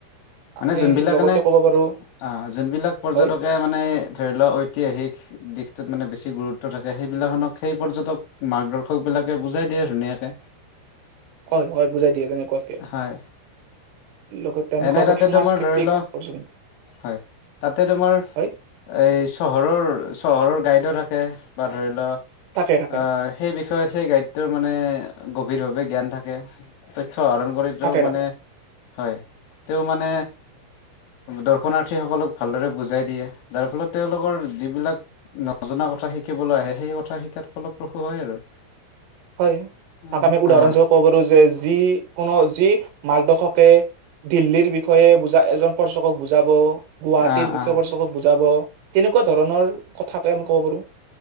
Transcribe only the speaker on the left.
মানে
যোনবিলাক
মানে,
অঁ, যোনবিলাক পৰ্যটকে
মানে ধৰি লোৱা ঐতিহাসিক দিশটোত মানে বেছি গুৰুত্ব থাকে সেইবিলাকক সেই পৰ্যটক মাৰ্গদৰ্শক বিলাকে বুজাই দিয়ে ধুনীয়াকে
হয়
এনে
তাতে
তোমাৰ ধৰিল
হয় তাতে তোমাৰ
এই চহৰৰ চহৰৰ গাইডো থাকে বা ধৰিল।
অঁ সেই বিষয়ে হে গাইডটোৰ মানে গভীৰভাৱে জ্ঞান থাকে ত উৎস আহৰণ কৰিতো
মানে
হয় তেওঁ মানে দৰ্শনাৰ্থীসকলক ভালদৰে বুজাই দিয়ে যাৰ ফলত তেওঁলোকৰ যিবিলাক নজনা কথা শিকিবলৈ আহে সেই কথা শিকাত ফলপ্ৰসূ হয় আৰু।
অ
অ
অ
অ